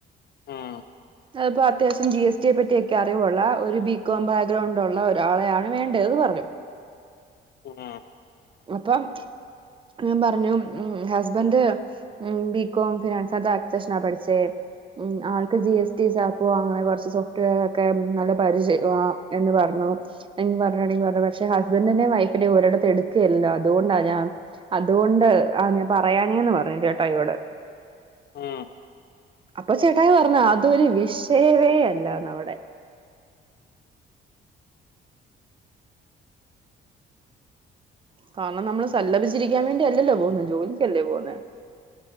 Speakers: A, on the left; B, on the right.
A: ഉം,
B: പ്പോ അത്യാവശ്യം ജി എസ് ടിയെ പറ്റിയൊക്കെ അറിവുള്ള ഒരു ബികോം ബാക്ക്ഗ്രൗണ്ട് ഉള്ള ഒരാളെയാണ് വേണ്ടേന്ന് പറഞ്ഞു.
A: ആഹ
B: അപ്പം ഞാൻ പറഞ്ഞു ഉ ഹസ്ബൻഡ് ഉ ബികോം ഫിനാൻസക്സഷനാ പഠിച്ചേന്ന്. ഉ ആൾക്ക് ജി എസ് ടി <unintelligible> കൊറച്ച് സോഫ്റ്റ്വെയറൊക്കെ നല്ല പരിചയ എന്ന് പറഞ്ഞു. പറുെൾൽ പറഞ്ഞ പക്ഷെ ഹസ്ബന്റിന്റെ വൈഫിനെ ഒഓരിടത്ത് എടു ഒക്കെയല്ലോ അതുകൊണ്ടാ ഞാൻ അതുകൊണ്ട് ആ ഞാൻ പറയാനേന്ന് പറഞ്ഞു ചേട്ട അോട്
A: ആഹ
B: അപ്പൊ ചേട്ടായി പറഞ്ഞ അതൊരു വിഷയവേയല്ല നമ്മടെ കാരണം നമ്മള് സല്ലഭിച്ചിരിക്കാൻ വേണ്ടി അല്ലല്ലോ പോുന്ന ജോലിക്കല്ലേ പോുന്നേ